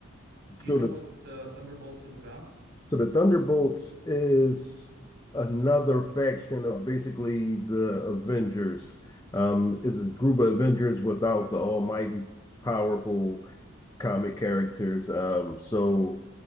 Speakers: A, on the right (about 50°); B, on the left (about 15°).
A: do you
B: So
A: know
B: the
A: what the Thunderbolts is about?
B: so the Thunderbolts is another faction of basically the Avengers. Um, is a group of Avengers without the almighty powerful comic characters. Um, so